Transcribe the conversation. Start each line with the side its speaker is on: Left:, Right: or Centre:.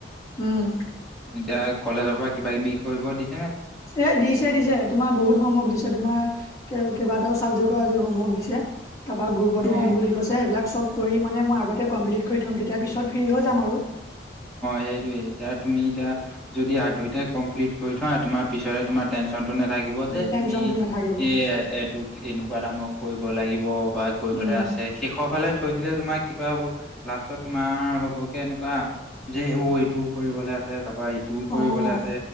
Left: উম।
Centre: এতিয়া কলেজৰ পৰা কিবা কিবি কৰিব দি
Left: এই দিছে দিছে, তোমাৰ বহুত হোমৱৰ্ক দিছে তোমাৰ কেইবাটাও ছাবজেক্টৰ আজি হোমৱৰ্ক দিছে। তাৰ পৰা গ্ৰুপটো
Centre: অ
Left: দিম বুলি কৈছে এইবিলাক চব কৰি মানে মই আগতে কমপ্লিট কৰি থম, তেতিয়া পিছত ফ্ৰী হৈ যাম আৰু
Centre: সেইটোয়ে, এতিয়া তুমি এতিয়া যদি আগ ধৰিতে কমপ্লিট কৰি থোৱা তোমাৰ পিছলে তোমাৰ টেনচন নাথাকিব যে
Left: টেনচনটো
Centre: তুমি
Left: নাথাকিব
Centre: এ এইটোক এনেকুৱা নামত কৰিব লাগিব বা কৰিবলৈ
Left: উম,
Centre: আছে শেষৰ ফালে থৈ দিলে তোমাক কিবা হ'ব লাষ্টত তোমাৰ হ'ব কে এনেকুৱা যেই অহ এইটো কৰিবলে আছে তাৰপা ইটোও কৰিবলৈ
Left: অ',
Centre: আছে